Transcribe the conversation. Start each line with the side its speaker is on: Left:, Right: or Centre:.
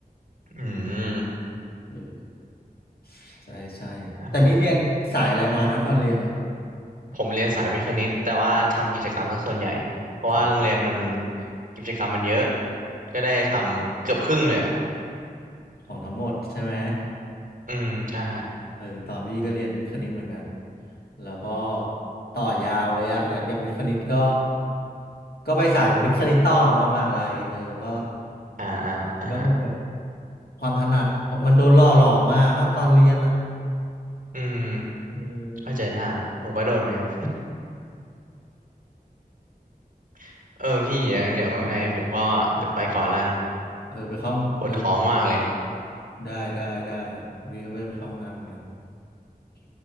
Right: อืม
Left: เออใช่ใช่แต่นี่เรียนสายอะไรมานะตอนเรียนอะ
Right: อ่าฮะผมเรียนสายวิทย์คณิตแต่ว่าทำกิจกรรมซะส่วนใหญ่ เพราะว่าโรงเรียนมัน
Left: อ๋อ
Right: กิจกรรมมันเยอะ ก็ได้ทำเกือบครึ่งเลยอ่ะ
Left: ของทั้งหมดใช่ไหม
Right: อืมใช่
Left: เออตอนพี่ก็เรียนวิทย์คณิตเหมือนกันแล้วก็ต่อยาวเลยอะหลังจากวิทย์คณิตก็ก็ไปสายวิทย์คณิตต่อตอนมหาลัยเออก็
Right: อ่าอ่าอ่าฮะ
Left: ก็คงแบบความถนัดเพราะมันโดนหล่อหลอมมากเนาะตอนเรียนอะ
Right: อืม
Left: เออ
Right: เข้าใจได้ ผมก็โดนเหมือนกัน <laughs> เออพี่อย่างนั้นเดี๋ยวว่าไง ผมก็เดี๋ยวไปก่อนละกัน
Left: เออไปเข้าเออ
Right: ปวดท้องมากเลย
Left: ได้ได้ได้พี่ก็ไปไปเข้าห้องน้ำเหมือนกันโอเค